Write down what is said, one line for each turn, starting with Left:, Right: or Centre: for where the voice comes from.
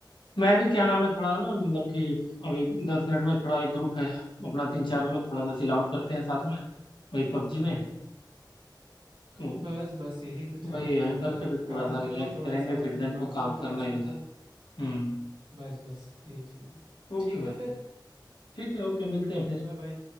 Left: मैं भी क्या नाम है थोड़ा ना मतलब कि अभी दस मिनट में थोड़ा एक ग्रुप है अपना तीन चार लोग थोड़ा सा चिल आउट करते हैं साथ में वही पबजी में तो
Right: बस बस यही तो चाहिए
Left: वही है
Right: थोड़ा सा
Left: करके
Right: आप
Left: फिर
Right: काम
Left: थोड़ा सा
Right: करो
Left: रिलैक्स
Right: थोड़ा
Left: करेंगे
Right: सा अपने
Left: फिर दिन
Right: दिमाग
Left: तो काम
Right: को रिलैक्स
Left: करना ही
Right: रखो
Left: होता है हम्म
Right: बस बस यही चीज़
Left: ओके
Right: ठीक
Left: भाई
Right: है फिर
Left: ठीक है ओके मिलते हैं फिर
Right: Bye bye